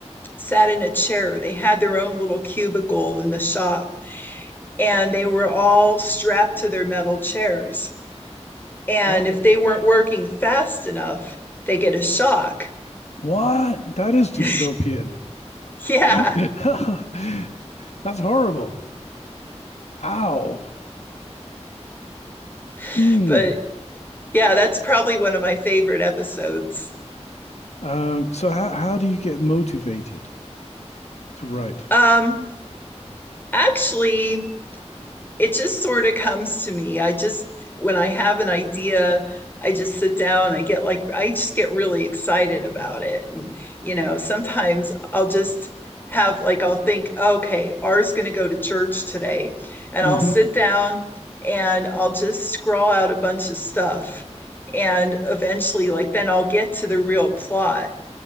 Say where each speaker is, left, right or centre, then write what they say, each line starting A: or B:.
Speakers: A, on the left; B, on the left.
A: sat in a chair. They had their own little cubicle in the shop, and they were all strapped to their metal chairs. And
B: oh
A: if they weren't working fast enough, they get a shock.
B: what that is dystopian
A: <laughs> yeah.
B: <laughs> that's horrible ow
A: <laughs>
B: Hmm.
A: but Yeah, that's probably one of my favorite episodes.
B: um so how, how do you get motivated to write
A: Um, actually, it just sort of comes to me. I just, when I have an idea, I just sit down, I get like, I just get really excited about it. And, you know, sometimes I'll just have like, I'll think, okay, R's going to go to church today. And
B: Mm-hmm.
A: I'll sit down and I'll just scrawl out a bunch of stuff. And eventually, like, then I'll get to the real plot